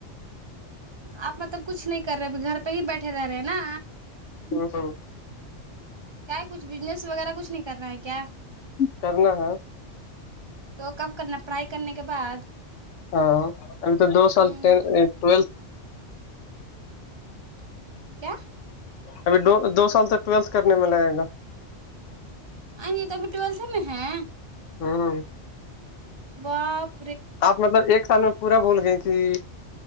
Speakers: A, on the right; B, on the left.
A: آپ تو کچھ نہیں کر رہے گھر پہ ہی بیٹھے رہ رہے ہیں نا
B: <unintelligible> ہ ہاں
A: کیا کچھ ودیوس وغیرہ کچھ نہیں کر رہا ہے کیا
B: کرنا ہے
A: تو کب کرنا پڑھائی کرنے کے بعد
B: ہاں پھر تو دو سال
A: ہ
B: ٹینتھ عند ٹویلتھ
A: کیا
B: ابھی دو دو سال تک ٹویلتھ کرنے میں لگے گا
A: جی تو ابھی ٹویلتھ میں ہے
B: ہوں
A: وپ
B: آپ مطلب ایک سال میں پورا بھول گئی تھی